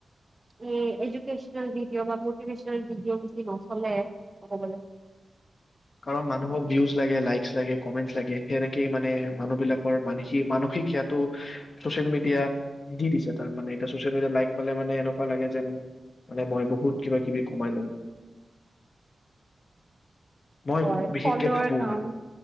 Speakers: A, on the right; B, on the left.
A: এই এডুকেশ্বনেল ভিডিঅ' বা এডুকেশ্বন ভিডিঅ' বেছি নচলে কব গ'লে
B: কাৰণ মানুহক ভিউজ লাগে, লাইকচ লাগে, কমেন্টচ লাগে সেনেকেই মানে মানুহবিলাকৰ মানসিক-মানসিক সেয়াটো চচিয়েল মিডিয়া দি দিছে তাৰমানে, এতিয়া চচিয়েল মিডিয়াত লাইক পালে মানে এনেকুৱা লাগে যে মানে মই বহুত কিবা মকিবি কমাই ল'লো। মই
A: হয়
B: বিশেষকে
A: ফলোৱাৰ
B: ভাবো
A: কাউন্ট
B: মানে